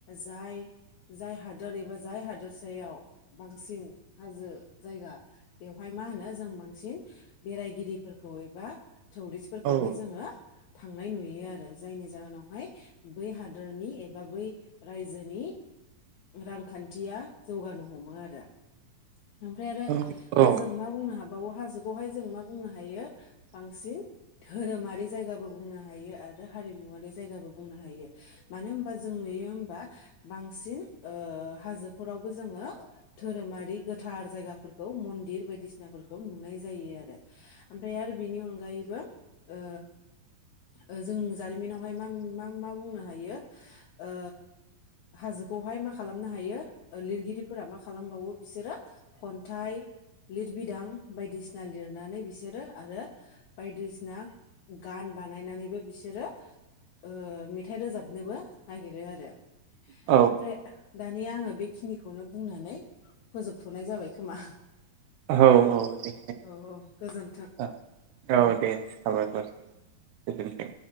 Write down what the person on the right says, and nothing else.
औ
औ औ
औ
औ औ दे
औ औ दे साबायख